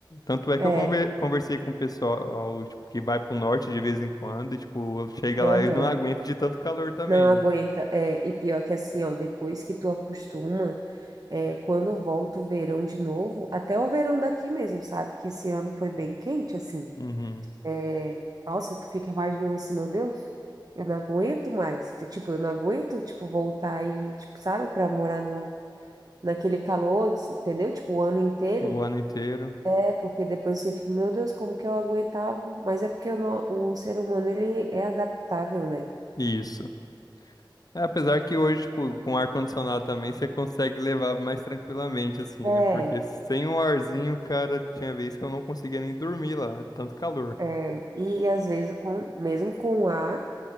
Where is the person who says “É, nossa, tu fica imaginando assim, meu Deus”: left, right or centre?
Right